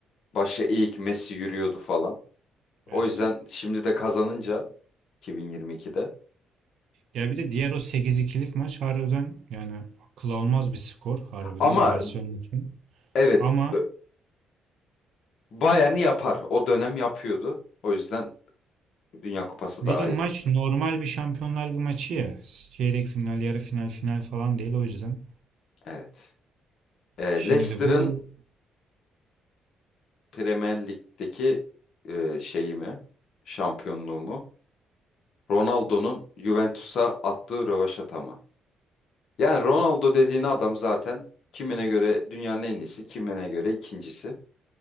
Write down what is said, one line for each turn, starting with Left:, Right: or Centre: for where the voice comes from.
Left: başı eğik Messi yürüyordu falan.
Right: Evet.
Left: O yüzden şimdi de kazanınca 2022'de.
Right: Ya bir de diğer o sekiz ikilik maç harbiden yani akıl almaz bir skor harbiden
Left: Ama
Right: Barcelona için.
Left: evet
Right: Ama
Left: ö- Bayern'i yapar. O dönem yapıyordu. O yüzden Dünya Kupası
Right: bir
Left: daha
Right: de maç
Left: iyi.
Right: normal bir Şampiyonlar Ligi maçı ya. Çeyrek final, yarı final, final falan değil o yüzden.
Left: Evet. Ee,
Right: Şimdi
Left: Leicester'ın
Right: bu
Left: Premier Lig'deki e, şeyimi, şampiyonluğumu, Ronaldo'nun Juventus'a attığı rövaşata mı? Yani Ronaldo dediğin adam zaten kimine göre dünyanın en iyisi, kimine göre ikincisi.